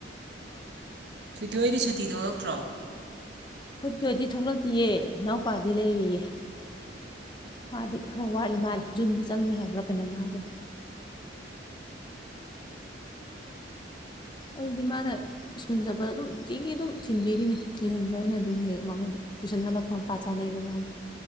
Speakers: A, on the right; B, on the left.
A: ꯊꯣꯏꯊꯣꯏꯗꯤ ꯁꯨꯇꯤ ꯊꯣꯛꯂꯛꯇ꯭ꯔꯣ
B: ꯈꫭꯏ ꯊꫭꯏꯊꫭꯏꯗꯤ ꯊꯣꯛꯂꯛꯇꯤꯌꯦ ꯏꯅꯥꯎꯄꯥꯗꯤ ꯂꯩꯔꯤꯌꯦ ꯃꯥꯗꯤ ꯈꯔ ꯋꯥꯠꯂꯤ ꯃꯥꯜꯂꯦ ꯖꯨꯟꯗ ꯆꯪꯅꯤ ꯍꯥꯏꯕ꯭ꯔꯥ ꯀꯩꯅꯣꯝ ꯍꯥꯏꯕꯅꯦ ꯑꯩꯗꯤ ꯃꯥꯅ ꯁ꯭ꯀꯨꯜ ꯆꯠꯄꯗ ꯑꯗꯨꯝ ꯅꯨꯡꯇꯤꯒꯤ ꯑꯗꯨꯝ ꯊꯤꯟꯕꯤꯔꯤꯅꯦ ꯊꯤꯜꯍꯟꯕꯩꯅ ꯑꯗꯨꯝ ꯍꯦꯛ ꯃꯉꯣꯟꯗ ꯇꯨꯏꯁꯟ ꯍꯜꯂꯛꯄ ꯃꯄꯥ ꯆꯥꯅꯩꯕ ꯃꯥꯒꯤ